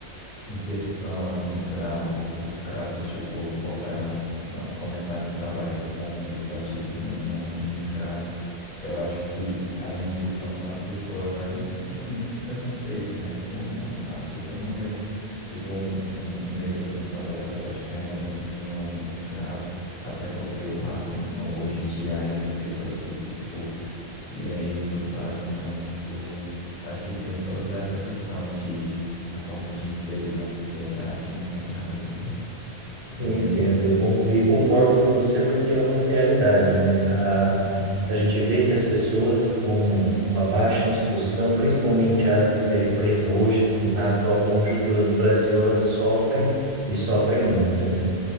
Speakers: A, on the left; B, on the right.
A: inserção assim para os escravos tipo voltarem ao- não, começarem trabalho como pessoas dignas e não como escravos. Eu acho que além disso am- as pessoas ainda tinham muito preconceito, né? Pô, não, as pessoas não viam tipo um, um negro como trabalhador. Acho que ainda muitos viam como escravo, até porque o racismo hoje em dia ainda tem pessoas que tipo vem isso, sabe? Então, tipo, acho que tem toda essa questão de, na forma de inserir na sociedade, no mercado também. E
B: Eu
A: mesmo.
B: entendo eu con- e concordo com você porque é uma realidade, né? A,
A: Hum,
B: a gente vê que as pessoas com uma baixa instrução, principalmente as de pele preta hoje, na atual conjuntura do Brasil, elas sofrem e sofrem muito, né?